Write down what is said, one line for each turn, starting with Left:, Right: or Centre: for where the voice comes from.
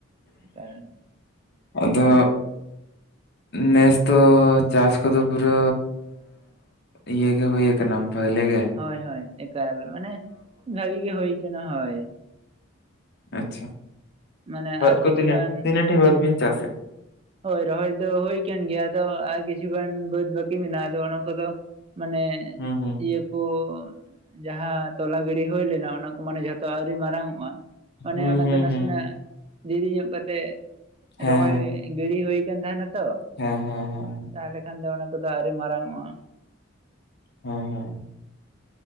Right: <unintelligible>
Left: ᱟᱫᱚ ᱱᱮᱥ ᱫᱚ ᱪᱟᱥ ᱠᱚᱫᱚ ᱯᱩᱨᱟᱹ ᱤᱭᱟᱹ ᱜᱮ ᱦᱩᱭᱩ ᱟᱠᱟᱱᱟ ᱰᱷᱟᱞᱮ ᱜᱮ᱾
Right: ᱦᱳᱭ ᱦᱳᱭ ᱮᱠᱟᱞ ᱢᱟᱱᱮ ᱵᱷᱟᱜᱤ ᱜᱮ ᱦᱩᱭ ᱠᱟᱱᱟ ᱦᱳᱭ᱾
Left: ᱟᱪᱪᱷᱟ᱾
Right: ᱢᱟᱱᱮ
Left: ᱵᱟᱹᱫᱽ
Right: ᱟᱨ
Left: ᱠᱚ
Right: ᱠᱤᱪᱷᱩ
Left: ᱛᱤᱱᱟᱹᱜ,
Right: ᱜᱟᱱ
Left: ᱛᱤᱱᱟᱹᱜ ᱴᱤ ᱵᱟᱹᱫᱽ ᱵᱤᱱ ᱪᱟᱥᱮᱫ?
Right: ᱦᱳᱭ᱾ ᱨᱚᱦᱚᱭ ᱫᱚ ᱦᱩᱭᱳ ᱠᱟᱱ ᱜᱮᱭᱟ ᱟᱫᱚ ᱟᱨ ᱠᱤᱪᱷᱩ ᱜᱟᱱ ᱵᱟᱹᱫᱽ ᱵᱟᱹᱠᱤ ᱢᱮᱱᱟᱜᱼᱟ ᱟᱫᱚ ᱚᱱᱟ ᱠᱚᱫᱚ ᱢᱟᱱᱮ
Left: ᱦᱩᱸ ᱦᱩᱸ
Right: ᱤᱭᱟᱹ ᱠᱚ ᱡᱟᱦᱟᱸ ᱛᱚᱞᱟ ᱜᱤᱲᱤ ᱦᱩᱭ ᱞᱮᱱᱟ ᱚᱱᱟ ᱠᱚ ᱢᱟᱱᱮ ᱡᱷᱚ ᱛᱚ ᱟᱹᱣᱨᱤ ᱢᱟᱨᱟᱝᱚᱜᱼᱟ ᱢᱟᱱᱮ
Left: ᱦᱩᱸ
Right: ᱚᱱᱟ
Left: ᱦᱩᱸ
Right: ᱫᱚ ᱱᱟᱥᱮᱱᱟᱜ
Left: ᱦᱩᱸ
Right: ᱫᱮᱨᱤ ᱧᱚᱜ ᱠᱟᱛᱮᱜ
Left: ᱦᱮᱸ
Right: ᱨᱚᱦᱚᱭ ᱜᱤᱲᱤ ᱦᱩᱭ ᱠᱟᱱ ᱛᱟᱦᱮᱱᱟ ᱛᱚ᱾
Left: ᱦᱮᱸ ᱦᱮᱸ᱾ ᱦᱮᱸ
Right: ᱛᱟᱦᱚᱞᱮ ᱠᱷᱟᱱ ᱫᱚ ᱚᱱᱟ ᱠᱚᱫᱚ ᱟᱹᱣᱨᱤ ᱢᱟᱨᱟᱝ ᱚᱜᱼᱟ᱾
Left: ᱦᱮᱸ ᱦᱮᱸ᱾